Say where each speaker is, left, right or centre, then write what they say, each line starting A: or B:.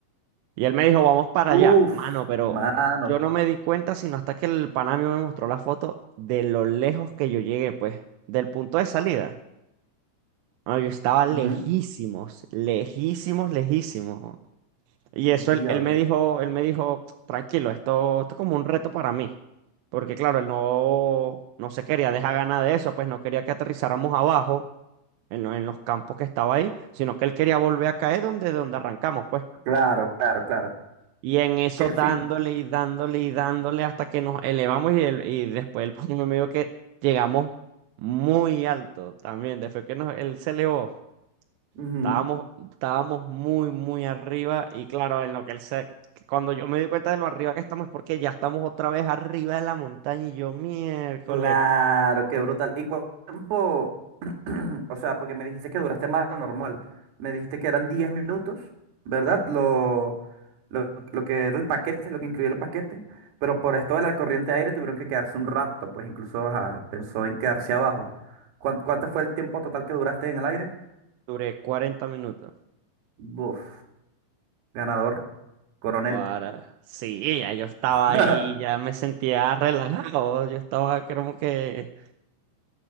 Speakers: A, on the right; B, on the right.
A: Y él me dijo, vamos para
B: Ujú.
A: allá.
B: Uf,
A: Mano, pero
B: mano.
A: yo no me di cuenta sino hasta que el pana mío me mostró la foto de lo lejos que yo llegué, pues, del punto de salida. Bueno, yo estaba lejísimos,
B: Ujú,
A: lejísimos, lejísimos. ¿no? Y eso
B: Diablo.
A: él, él me dijo, él me dijo, tranquilo, esto, esto es como un reto para mí. Porque claro, él no, no se quería dejar ganar de eso, pues no quería que aterrizáramos abajo en, lo- en los campos que estaba ahí, sino que él quería volver a caer donde, donde arrancamos, pues.
B: Claro, claro, claro.
A: Y en eso
B: Qué
A: dándole
B: fino.
A: y dándole y dándole hasta que nos elevamos y, el- y después el pongo medio que llegamos muy alto también. Después que nos, él se elevó,
B: Ujú.
A: estábamos, estábamos muy, muy arriba. Y claro, en lo que él se, cuando yo me di cuenta de lo arriba que estamos es porque ya estamos otra vez arriba de la montaña y yo miércoles
B: Claro, qué brutal. ¿Y cuánto tiempo? <clears throat> O sea, porque me dijiste que duraste más de lo normal. Me dijiste que eran 10 minutos, ¿verdad? Lo, lo, lo que era el paquete, lo que incluía el paquete. Pero por esto de la corriente de aire tuvieron que quedarse un rato, pues incluso ajá, pensó en quedarse abajo. ¿Cuán- ¿Cuánto, fue el tiempo total que duraste en el aire?
A: duré cuarenta minutos.
B: Buf, ganador, coronel.
A: para Sí, ya yo estaba
B: <laughs>
A: ahí, ya me sentía relajado. Yo estaba como que...